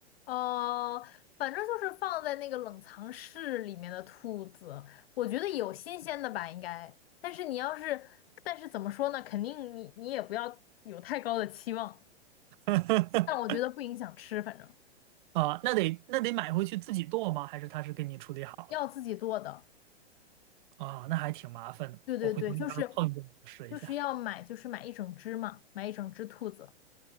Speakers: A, on the left; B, on the right.
A: 呃，反正就是放在那个冷藏室里面的兔子，我觉得有新鲜的吧，应该。但是你要是，但是怎么说呢？肯定你你也不要有太高的期望，
B: <laughs>
A: 但我觉得不影响吃，反正
B: 啊，那得那得买回去自己剁吗？还是他是给你处理好了？
A: 要自己做的。
B: 啊，那还挺麻烦的。
A: 对对对，
B: 我回头要是碰见我试一下。
A: 就是就是要买，就是买一整只嘛，买一整只兔子。